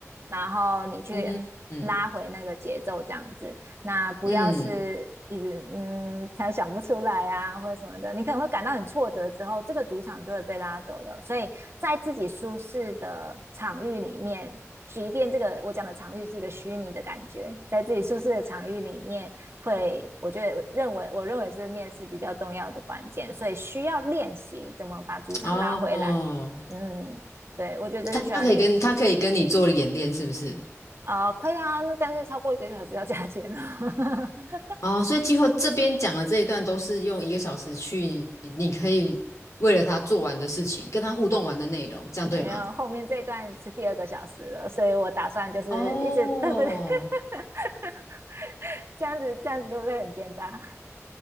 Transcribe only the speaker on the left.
<laughs> 嗯嗯
嗯。
哦，
他他可以跟他可以跟你做演练，是不是？
哦，所以计划这边讲的这一段都是用一个小时去，你可以为了他做完的事情，跟他互动完的内容，这样对吗？
哦，